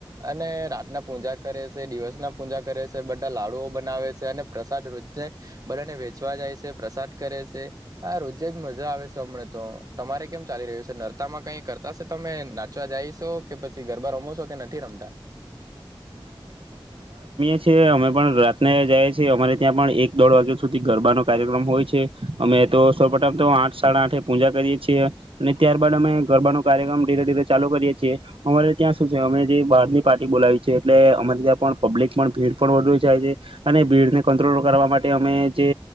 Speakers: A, on the right; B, on the right.
A: અને રાતના પૂજા કરે શે દિવસ ના પૂજા કરે શે બધા લાડુઓ બનાવે શે અને પ્રસાદ રોજે બધાને વેચવા જાય શે પ્રસાદ કરે શે આ રોજે જ મજા આવે છે હમણા તો તમારે કેમ ચાલી રહ્યું શે નર્તા માં કઈ કરતા તસે તમે નાચવા જઈશો કે પછી ગરબા રમો છો કે નથી રમતા
B: છે અમે પણ રાતને જઈએ છીએ અમારે ત્યાં પણ એક દોઢ વાગ્યા સુધી ગરબાનો કાર્યક્રમ હોય છે અમે તો સૌપથમ તો આઠ, સાડાઆઠે પૂજા કરીએ છીએ, અને ત્યારબાદ અમે ગરબાનો કાર્યક્રમ ધીરે ધીરે ચાલુ કરીએ છીએ, અમારે ત્યાં સુું છે અમે જે બહારની પાર્ટી બોલાવીએ એટલે અમારે ત્યાં પણ પબ્લિક પણ ભીડ પણ વધી જાય છે અને ભીડને કંટ્રોલ કરવા માટે અમે જે